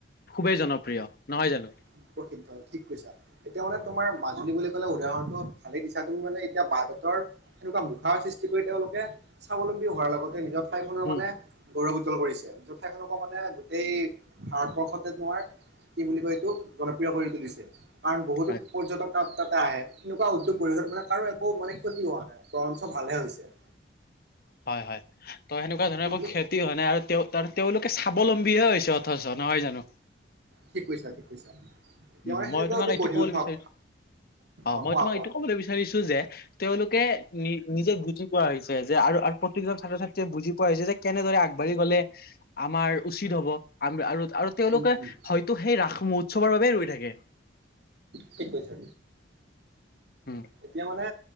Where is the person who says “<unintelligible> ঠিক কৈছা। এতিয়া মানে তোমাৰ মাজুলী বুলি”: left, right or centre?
Right